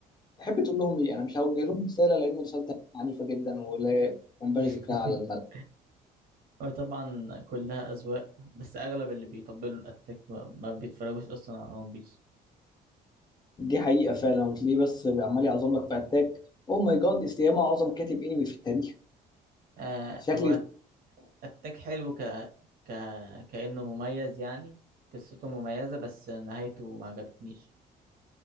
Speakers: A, on the left; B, on the right.
A: تحب تقول لهم ايه انا مش هوجه لهم رساله لان رسالتي عنيفه جدا ولا ينبغي
B: <laughs>
A: ذكرها على الملأ
B: وطبعا كلها أذواق بس أغلب اللي بيطبلوا الأتاك ما, ما بيتفرجوش أصلا على ون بيس
A: دي حقيقه فعلا وتلاقيه بس عمال يعظم لك في اتاك او ماي جاد استياما اعظم كاتب انمي في التاريخ
B: آه
A: شكلي
B: هو أت- أتاك حلو ك... ك... كأنه مميز يعني قصته مميزة بس نهايته ما عجبتنيش